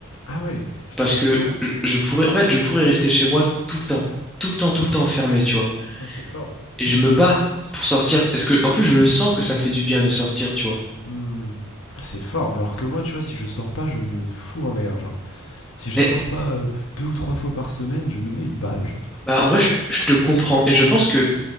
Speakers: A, on the left; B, in the centre.
A: Ah ouais, putain,
B: parce que
A: à ce moment là
B: je je pourrais, en fait, je pourrais rester chez moi tout le temps, tout le temps,
A: Putain,
B: tout le
A: c'est,
B: temps enfermé, tu vois.
A: putain, c'est fort.
B: Et je me bats pour sortir, parce que, en plus, je le sens que ça me fait du bien de sortir, tu vois.
A: Hmm. Ah, C'est fort. Alors que moi, tu vois, si je sors pas, je me fous en l'air. Genre, si je
B: Mais,
A: sors pas euh, deux ou trois fois par semaine, je me mets une balle. Genre,
B: bah, en vrai, je, je te comprends, et je pense que,